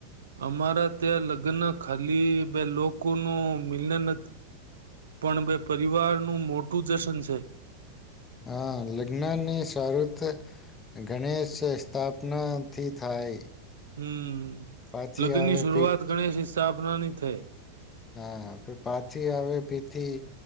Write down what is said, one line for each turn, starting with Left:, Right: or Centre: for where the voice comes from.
Right: અમારા ત્યાં લગ્ન ખાલી બે લોકોનું મિલન પણ બે પરિવારનું મોટું જશન છે.
Left: હા, લગ્નની શરત ગણેશ સ્થાપનાથી થાય.
Right: હમ્મ.
Left: પાછી
Right: લગ્ન
Left: આવે
Right: ની શરૂઆત
Left: પીઠ
Right: ગણેશ હિસાબ પોનાની થાય
Left: હા, પર પાછી આવે તેથી